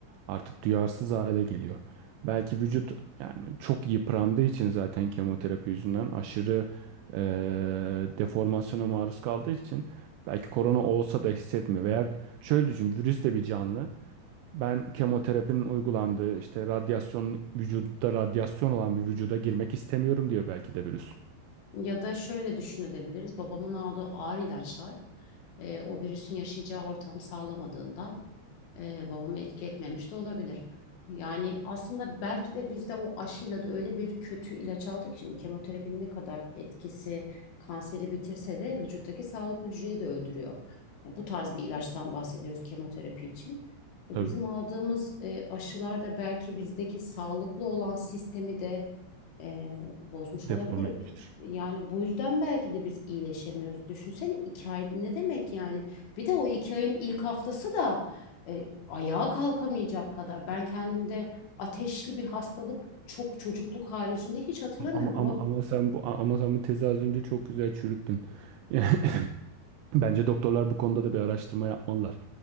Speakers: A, on the right; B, on the left.
A: Artık duyarsız hale geliyor. Belki vücut yani çok yıprandığı için zaten kemoterapi yüzünden aşırı e, deformasyona maruz kaldığı için belki korona olsa da hissetmiyor. Veya şöyle düşün, virüs de bir canlı. Ben kemoterapinin uygulandığı işte radyasyon vücutta radyasyon olan bir vücuda girmek istemiyorum diyor belki de virüs.
B: Ya da şöyle düşünebiliriz. Babamın aldığı ağır ilaçlar e, o virüsün yaşayacağı ortam sağlamadığından e, babamı etki etmemiş de olabilir. Yani aslında belki de biz de o aşıyla da öyle bir kötü ilaç aldık. ki Şimdi kemoterapinin ne kadar etkisi kanseri bitirse de vücuttaki sağlık hücreyi de öldürüyor. E, bu tarz bir ilaçtan bahsediyoruz kemoterapi için. E,
A: Tabii
B: bizim aldığımız e, aşılar da belki bizdeki sağlıklı olan sistemi de e, bozmuş
A: deforme
B: olabilir.
A: etmiştir.
B: Yani bu yüzden belki de biz iyileşemiyoruz. Düşünsene iki ay ne demek yani? Bir de o iki ayın ilk haftası da e, ayağa kalkamayacak kadar. Ben kendimde ateşli bir hastalık çok çocukluk haricinde hiç hatırlamıyorum
A: Ama ama ama
B: ama
A: ama sen bu ama sen bu tezi az önce çok güzel çürüttün. <laughs> Bence doktorlar bu konuda da bir araştırma yapmalılar.